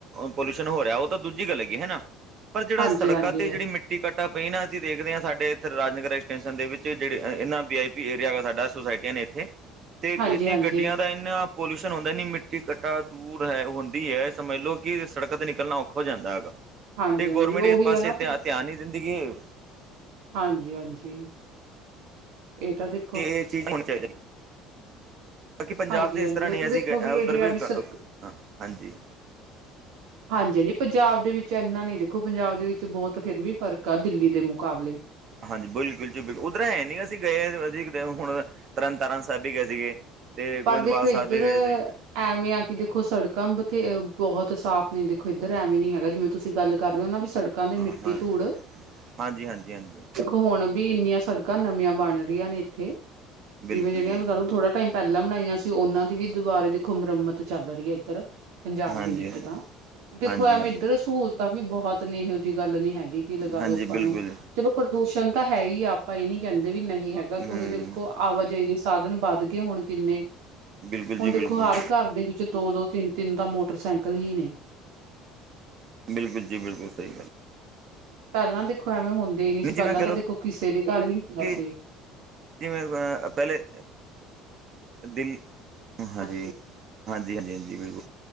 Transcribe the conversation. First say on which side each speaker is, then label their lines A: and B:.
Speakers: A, on the right (about 35°); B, on the right (about 80°).
A: ਪੋਲਿਊਸ਼ਨ ਹੋ ਰਿਹਾ ਉਹ ਤਾਂ ਦੂਜੀ ਗੱਲ ਹੈਗੀ ਹਨਾ। ਪਰ ਜੇੜਾ,
B: ਹਾਂਜੀ
A: ਸੜਕਾ
B: ਹਾਂਜੀ
A: ਤੇ ਜਿਹੜੀ ਮਿੱ‌ ਮਿੱਟੀ ਕੱਟਾ ਪਈ ਨਾ ਅਸੀਂ ਦੇਖਦੇ ਹਾਂ ਸਾਡੇ, ਇੱਥੇ ਰਾਜਨਗਰ ਐਕਸਟੈਂਸ਼ਨ ਦੇ ਵਿੱਚ ਜਿਹੜੇ, ਅ ਇਹਨਾਂ ਵੀ ਵ ਵੀ ਏਰੀਆ ਹੈਗਾ ਸਾਡਾ ਸੋਸਾਇਟੀਆਂ ਨੇ ਇੱਥੇ ਤੇ
B: ਹਾਂਜੀ
A: ਏਨੀਆਂ
B: ਹਾਂਜੀ
A: ਗੱਡੀਆਂ ਦਾ ਏਨਾ ਪੋਲਿਊਸ਼ਨ ਹੁੰਦਾ ਨਹੀਂ, ਮਿੱਟੀ, ਕੱਟਾ, ਧੂੜ ਹੈ ਹੁੰਦੀ ਹੈ, ਸਮਝ ਲਓ ਕਿ ਸੜਕਾਂ ਤੇ ਨਿਕਲਣਾ ਔਖਾ ਹੋ ਜਾਂਦਾ ਹੈਗਾ।
B: ਹਾਂਜੀ
A: ਤੇ
B: ਹਾਂਜੀ
A: ਗੌਰਰਮੈਂਟ ਇਸ
B: ਉਹੀ
A: ਪਾਸੇ
B: ਆ ਨਾ ਫਿਰ
A: ਧਿਆਨ-ਧਿਆਨ ਨੀ ਦਿੰਦੀ ਏ।
B: ਹਾਂਜੀ ਹਾਂਜੀ, ਇਹ ਤਾਂ ਫਿਰ
A: ਇਹ ਚੀਜ਼ ਹੋਣੀ ਚਾਹੀਦੀ। ਬਾਕੀ ਪੰਜਾਬ
B: ਹਾਂਜੀ
A: 'ਚ ਇਸ
B: ਹਾਂਜੀ
A: ਤਰ੍ਹਾਂ
B: ਉਹ
A: ਨਹੀਂ
B: ਤਾਂ
A: ਅਸੀਂ
B: ਦੇਖੋ
A: ਗ
B: ਇਹ
A: ਉੱਧਰ ਵੀ
B: ਆ
A: ਹਾਂਜੀ।
B: ਸਰ ਹਾਂਜੀ -ਹਾਂਜੀ ਪੰਜਾਬ ਦੇ ਵਿੱਚ ਇੰਨਾ ਨੀ ਦੇਖੋ ਪੰਜਾਬ ਦੇ ਵਿੱਚ ਬਹੁਤ ਫਿਰ ਵੀ ਫ਼ਰਕ ਆ ਦਿੱਲੀ ਦੇ ਮੁਕਾਬਲੇ
A: ਹਾਂਜੀ ਬਿਲਕੁਲ ਜੀ ਬਿਲਕੁਲ ਉਧਰ ਹੈ ਨੀ ਅਸੀਂ ਗਏ ਸੀ ਹੁਣ। ਤਰਨ ਤਾਰਨ ਸਾਹਿਬ ਵੀ ਗਏ ਸੀਗੇ ਤੇ
B: ਪਰ
A: ਗੋਇੰਦਵਾਲ
B: ਦੇਖੋ
A: ਸਾਹਿਬ
B: ਇੱਧਰ
A: ਵੀ ਗਏ ਸੀ।
B: ਐਵੇਂ ਆ ਕਿ ਦੇਖੋ ਸੜਕਾਂ ਬਥੇ ਬਹੁਤ ਸਾਫ਼ ਨੇ ਦੇਖੋ ਇੱਧਰ ਐਵੇਂ ਨੀ ਹੈਗਾ ਜਿਵੇਂ ਤੁਸੀਂ ਗੱਲ ਕਰ ਰਹੇ ਹੋ ਨਾ ਵੀ ਸੜਕਾਂ ਤੇ
A: ਹਾਂ
B: ਮਿੱਟੀ,
A: ਹਾਂ
B: ਧੂੜ
A: ਹਾਂਜੀ ਹਾਂਜੀ ਹਾਂਜੀ
B: ਹੁਣ ਵੀ ਇੰਨੀਆਂ ਸੜਕਾਂ ਨਵੀਆਂ ਬਣ ਰਹੀਆਂ ਨੇ ਇੱਥੇ
A: ਬਿਲਕੁਲ
B: ਜਿਵੇਂ ਜਿਹੜੀਆਂ
A: ਜੀ
B: ਕਰੋ ਥੋੜਾ ਪੈਂਲਾਂ ਬਣਾਈਆਂ ਸੀ ਉਨਾਂ ਦੀ ਵੀ ਦੁਬਾਰੇ ਦੇਖੋ ਮੁਰੰਮਤ ਚੱਲ ਰਹੀ ਹੈ ਇੱਧਰ। ਪੰਜਾਬ
A: ਹਾਂਜੀ
B: ਦੇ ਵਿੱਚ
A: ਹਾਂਜੀ
B: ਤਾਂ ਦੇਖੋ
A: ਹਾਂਜੀ
B: ਐਵੇਂ
A: ਹਾਂਜੀ
B: ਇੱਧਰ ਸਹੂਲਤਾਂ ਵੀ ਬਹੁਤ ਨੇ ਇਹੋ ਜਿਹੀ ਗੱਲ ਨੀ ਹੈਗੀ। ਕੀ ਲਗਾ
A: ਹਾਂਜੀ
B: ਲੋ ਆਪਾਂ
A: ਬਿਲਕੁਲ
B: ਨੂੰ ਚਲੋ ਪ੍ਰਦੂਸ਼ਣ ਤਾਂ ਹੈ ਹੀ ਆ ਆਪਾਂ ਇਹ ਨੀ ਕਹਿੰਦੇ ਵੀ ਨਹੀਂ ਹੈਗਾ, ਕਿਉਂਕਿ
A: ਹੂੰ
B: ਦੇਖੋ ਆਵਾਜਾਈ ਦੇ ਸਾਧਨ ਵੱਧ ਗਏ ਹੁਣ ਕਿੰਨੇ।
A: ਬਿਲਕੁਲ ਜੀ
B: ਹੁਣ
A: ਬਿਲਕੁਲ
B: ਦੇਖੋ ਹਰ ਘਰ ਦੇ ਵਿੱਚ ਦੋ -ਦੋ ਤਿੰਨ- ਤਿੰਨ ਦਾ ਮੋਟਰਸਾਈਕਲ ਹੀ ਨੇ।
A: ਬਿਲਕੁਲ ਜੀ- ਬਿਲਕੁਲ ਸਹੀ ਗੱਲ
B: ਪਹਿਲਾਂ ਦੇਖੋ ਐਵੇਂ ਹੁੰਦੇ ਹੀ ਨ
A: ਨਹੀਂ
B: ਸੀ ਪਹਿਲਾਂ
A: ਜਿਵੇਂ ਕਹ
B: ਤਾਂ
A: ਲਓ
B: ਦੇਖੋ ਕਿਸੇ ਦੇ ਘਰ ਹੀ ਹੁੰਦਾ
A: ਕਿ
B: ਸੀ।
A: ਜਿਵੇਂ ਵੇਂ ਪਹਿਲੇ ਦਿ ਹਾਂਜੀ-ਹਾਂਜੀ-ਹਾਂਜੀ-ਹਾਂਜੀ
B: ਹਾਂਜੀ
A: ਬਿਲਕੁਲ